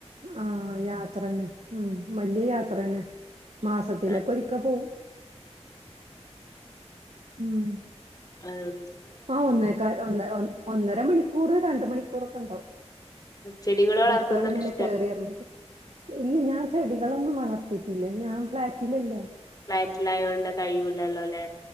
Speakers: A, on the right; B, on the left.
A: ആഹ് യാത്രന്ന ഉം വല്യ യാത്രന്നെ മാസത്തിലൊക്കെ
B: ആ,
A: ഒരിക്ക പോവും ഉം
B: അഹ്
A: ആഹ് ഒന്നേക്കാ ഒന്ന ഒന്നര മണിക്കൂർ രണ്ട് മണിക്കൂറൊക്കെണ്ടാവും
B: ചെടികൾ വളർത്തുന്നൊക്കെ
A: ബസ്സള്ങ്ങനെ
B: ഇഷ്ടാണോ
A: കേറി ഇറങ്ങിട്ട് ഇല്ല ഞാൻ ചെടി കളൊന്നും വളർത്തിട്ടില്ല ഞാൻ ഫ്ലാറ്റിലല്ലേ
B: ഫ്ളാറ്റിലായോണ്ട് കഴിയൂലല്ലോ അല്ലെ